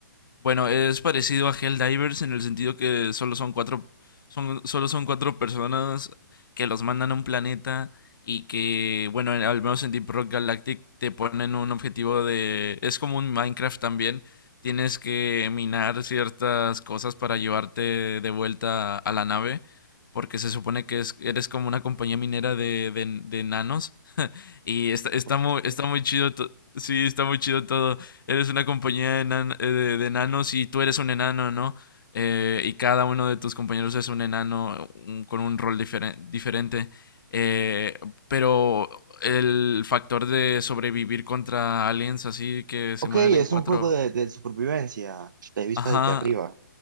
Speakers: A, on the left (about 80°); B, on the right (about 65°).
A: Bueno, es parecido a Helldivers en el sentido que solo son cuatro, son, solo son cuatro personas que los mandan a un planeta y que, bueno, en- al menos en Deep Rock Galactic te ponen un objetivo de... Es como un Minecraft también. Tienes que minar ciertas cosas para llevarte de vuelta a la nave, porque se supone que es- eres como una compañía minera de, de, de nanos. <laughs> Y está, está
B: ok.
A: muy, está muy chido. to- Sí, está muy chido todo eres una compañía de, nan- eh, de- de enanos y tú eres un enano, ¿no? Eh, y cada uno de tus compañeros es un enano un- con un rol diferen- diferente. Eh, pero el factor de sobrevivir contra aliens así que
B: Ok,
A: se mueven
B: es
A: en cuatro.
B: un juego de, de supervivencia, de vista
A: Ajá,
B: desde arriba,